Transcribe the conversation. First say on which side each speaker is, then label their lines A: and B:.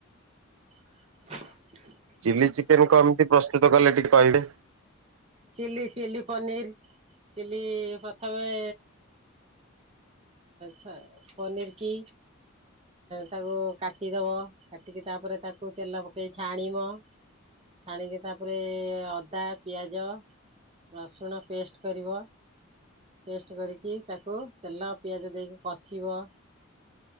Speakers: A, on the right; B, on the right.
A: <unintelligible>
B: ଚିଲି ଚିକେନ କମିତି ପ୍ରସ୍ତୁତ କଲେ ଟିକେ କହିବେ।
A: ଚିଲି ଚିଲି ପନିର ଚିଲି ପ୍ରଥମେ ଛ ପନିର କି ତାକୁ କାଟିଦବ। କାଟିକି ତାପରେ ତାକୁ ତେଲ ଦେଇ ଛାଣିବ ଛାଣିକି ତାପରେ ଅଦା ପିଆଜ ରସୁଣ ପେଷ୍ଟ କରିବ ପେଷ୍ଟ କରିକି ତାକୁ ତେଲ ପିଆଜ ଦେଇକି କଷିବ।